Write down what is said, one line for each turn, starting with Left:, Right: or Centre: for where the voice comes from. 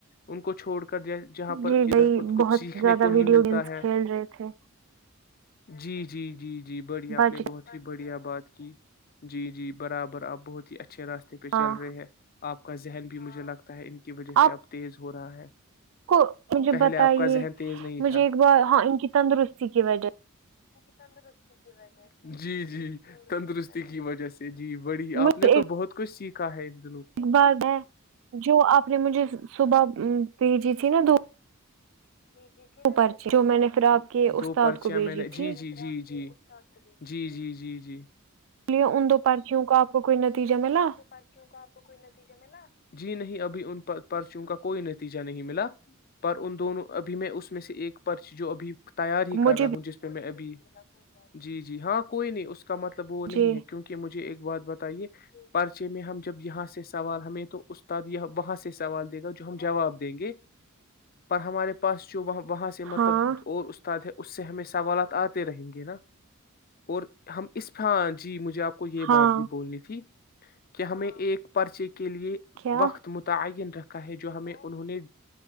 Left: ان کو چھوڑ کر جہ- جہاں پر
Right: جی
Left: ادھر
Right: بھائی
Left: پر کچھ
Right: بہت
Left: سیکھنے
Right: زیادہ
Left: کو
Right: ویڈیو
Left: ہی ملتا
Right: گیمس
Left: ہے
Right: کھیل رہے تھے
Left: جی جی جی جی بڑھیا
Right: بچ
Left: اپپ نے بہت ہی بڑھیا بات کی جی جی برابر آپ بہت ہی اچ اچھے راستے پہ
Right: ہاں
Left: چل رہے ہیں آپ کا ذہن بھی مجھے لگ تا ہے ان کی وجہ
Right: آپ
Left: سے اب تیز ہو رہا ہے
Right: کو مجھے
Left: پہلے
Right: بتائیے
Left: آپ کا ذہن تیز نہیں
Right: مجھے
Left: تھا
Right: ایک بار ہاں ان کی تندرستی کی وجہ
Left: تندرست کی وجہ جی جی تندرستی کی وجہ سے جی بڑی
Right: مجھے
Left: آپ نے تو بہت کچھ سیکھ قد
Right: ایک بار ہے جو آپ نے مجھے صبح ا پ جی تھی نا دو
Left: دوچیا
Right: پرچی جو میں نے پھر آپ کے
Left: دو
Right: استاد
Left: پرچیاں
Right: کو بھیجی
Left: میں نے جی
Right: تھی اس
Left: جی جی جی جی جی جی جی جی
Right: لیے ان دو پرچیوں کو کوئی
Left: مجھے
Right: نتیجہ
Left: بولیے
Right: ملا
Left: ان دوپاچوں کا آپ کو کوئی نتیجے میںلا جی نہیں ابھی ان پرچیوں کا کوئی نتیجہ نہیں ملا پر ان دونوں ابھی میں اس میں سے ایک پرچی جو ابھی تیار ہی
Right: مجھے
Left: کر رہا ہوں جس پہ میں ابھی جی جی ہاں کوئی نہیں اس کا مطلب وہ نہیں
Right: جی
Left: ہے کیونکہ مجھے ایک بات ب پرچے میں ہم جب یہاں سے سوال ہمیں تو استاد وہاں سے سوال دے گا جو ہم جواب دیں گے پر ہمارے پاس وہاں وہاں سے مطلب
Right: ہاں
Left: اور استاد ہے اس سے ہمیں سوالات آتے رہیں گے نا اور ہم اسفان جی مجھے آپ کو یہ
Right: ہاں
Left: بات بھی بوللی تھی کہ ہمیں ایک پرچے کی کے لئے
Right: کیا
Left: وقت متعین رہ جو ہمیں انہوں نے